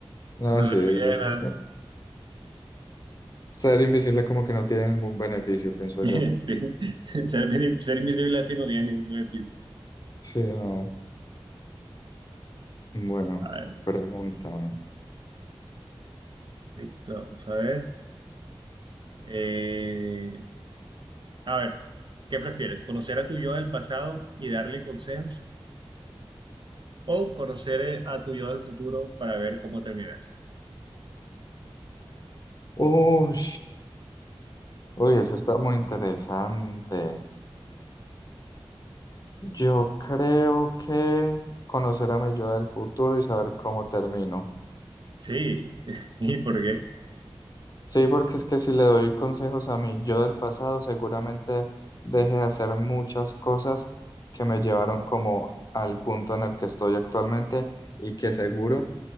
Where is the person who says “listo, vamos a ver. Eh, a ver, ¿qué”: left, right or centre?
Right